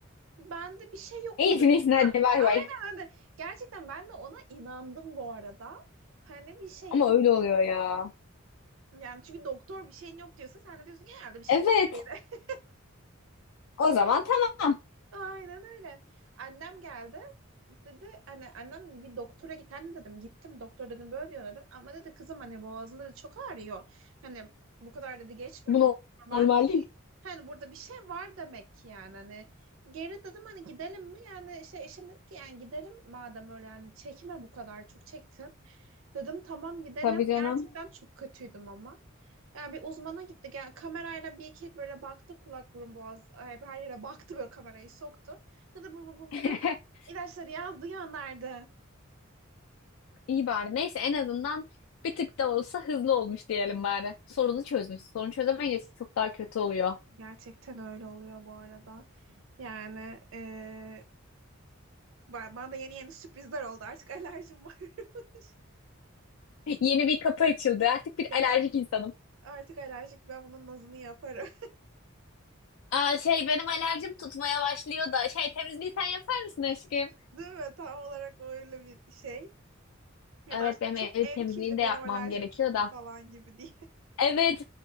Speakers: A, on the right; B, on the left.
A: Ben de bir şey yoktur
B: İyisin
A: dedim.
B: iyisin hadi bay
A: Aynen
B: bay.
A: öyle. Gerçekten ben de ona inandım bu arada. Hani bir şeyim
B: Ama öyle oluyor ya.
A: Yani çünkü doktor bir şeyin yok diyorsa sen de diyorsun ki herhalde bir şeyim
B: Evet.
A: yok dedi.
B: O zaman tamam.
A: <laughs> Aynen öyle. Annem geldi. Dedi hani annem bir doktora git anne dedim. Gittim doktor dedim böyle diyor dedim. Ama dedi kızım hani boğazında da çok ağrıyor. Hani bu kadar dedi geçmedi.
B: Bu
A: bu Normal
B: normal değil.
A: Hani burada bir şey var demek ki yani hani geri dedim hani gidelim mi yani şey eşim dedi ki yani gidelim madem öyle yani çekme bu kadar çok çektin. Dedim tamam gidelim.
B: Tabii canım.
A: Gerçekten çok kötüydüm ama. Yani bir uzmana gittik. Yani kamerayla bir iki böyle baktı kulak burun boğaz ay, her yere baktı böyle kamerayı soktu. Dedi bu bu bu bu
B: <laughs>
A: bu. İlaçları yazdı gönderdi.
B: İyi bari. Neyse en azından bir tık da olsa hızlı olmuş diyelim bari. Sorunu çözmüş. Sorunu çözemeyince
A: Hı?
B: çok daha kötü oluyor.
A: Gerçekten öyle oluyor bu arada. Yani eee, ba- bana da yeni yeni sürprizler oldu artık alerjim var. <laughs>
B: Yeni bir kapı açıldı. Artık bir
A: Gel.
B: alerjik insanım.
A: Artık alerjik ben bunun nazını yaparım.
B: Aa şey benim alerjim tutmaya başlıyor da. Şey temizliği sen yapar mısın aşkım?
A: <laughs> Değil mi? Tam olarak öyle bir şey. Ya
B: Evet
A: da aşkım
B: benim
A: çok
B: ev
A: ev
B: temizliğini
A: kirli
B: de
A: benim
B: yapmam
A: alerjim
B: gerekiyor
A: tuttu
B: da.
A: falan gibi diye.
B: Evet.